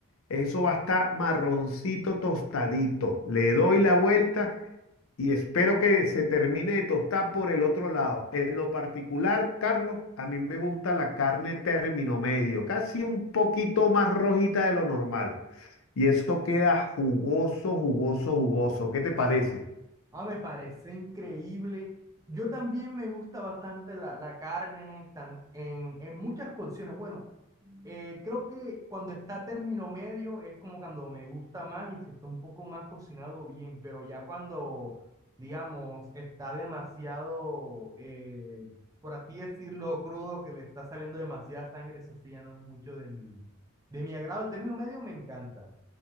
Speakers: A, on the left; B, on the right.
A: eso va a estar marroncito tostadito. Le doy la vuelta y espero que se termine de tostar por el otro lado. En lo particular, Carlos, a mí me gusta la carne término medio, casi un poquito más rojita de lo normal. Y eso queda jugoso, jugoso, jugoso. ¿Qué te parece?
B: Ah, me parece increíble. Yo también me gusta bastante la, la carne tan- en, en muchas cocciones. Bueno, Eh, creo que cuando está término medio es como cuando me gusta más y si está un poco más cocinado bien, pero ya cuando, digamos, está demasiado, eh, por así decirlo, crudo, que le está saliendo demasiada sangre, eso sí ya no es mucho de mi, de mi agrado. El término medio me encanta.